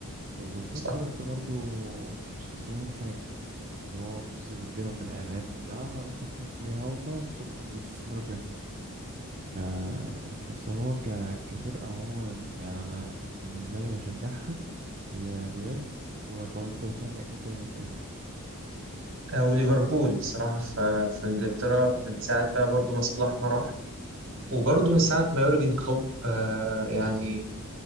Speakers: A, on the right; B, on the right.
A: وفي
B: صح
A: نفس الوقت برضو مش خسرانين حاجة اللي هو فلوس اللي بتجيلهم من الإعلانات وبتاع وحاطين فيها وخلاص شكرا وبيستثمروا فيها آه بس هو ك كفرقة عموما يعني أنا بالنسبة لي بشجعها هي ريال وطب أنت بتشجع إيه تاني طيب؟
B: آه، وليفربول صراحة في في إنجلترا من ساعة بقى برضو ما صلاح ما راح
A: مم.
B: وبرضو من ساعة ما يورجن كلوب آه يعني
A: مسك